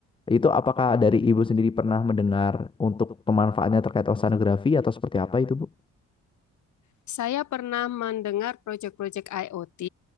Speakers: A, on the left; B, on the left.
A: Itu apakah dari Ibu sendiri pernah mendengar untuk pemanfaatannya terkait oceanografi atau seperti apa itu, Bu?
B: Saya pernah mendengar proyek-proyek IoT,